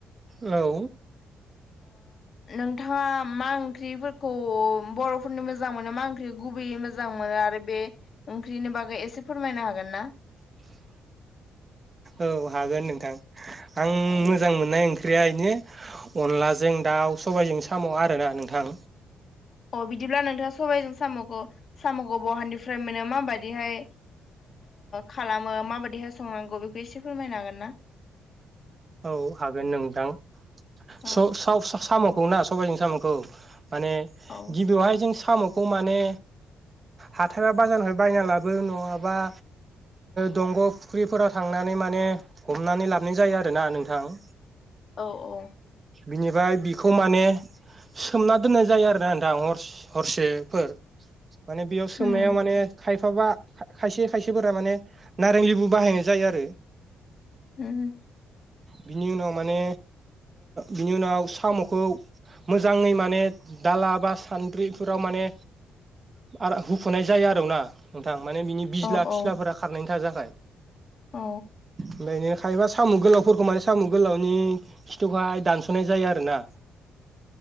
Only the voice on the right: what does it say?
औ
<inaudible> औ हागोन नोंथां आं
मोजां मोननाय ओं ओंख्रिया इनो अनलाजों दाउ सबायजों साम' आरोना नोंथां
औ हागोन नोंथां
साम'खौ ना सबाइजों साम'खौ माने
गिबियावहाय जों साम'खौ माने हाथाया बाजारनिफ्राय बायना लाबो नङाबा। दंग' फुख्रिफोराव थांनानै माने हमनानै लाबोनाय जायो आरोना नोंथां
बिनिफ्राय बिखौ माने सोमना दोननाय जायो आरो ना नोंथां हरसेफोर माने बेयाव सोमनायाव
माने खाय बिफाबा खायसे खायसेफोरा माने नारें लेबु बाहायनाय जायो आरो
बिनि उनाव माने बिनि उनाव साम'खौ मोजाङै माने दाला बा सान्द्रिफोराव माने <unintelligible> हुख'नाय जाया आरो ना नोंथां माने बिनि बिज्ला
फिस्लाफोरा
खारनायनि थाखाय
<unintelligible> साम' गोलावफोरखौ माने साम' गोलावनि खिथुखौहाय दानस'नाय जायो आरो ना?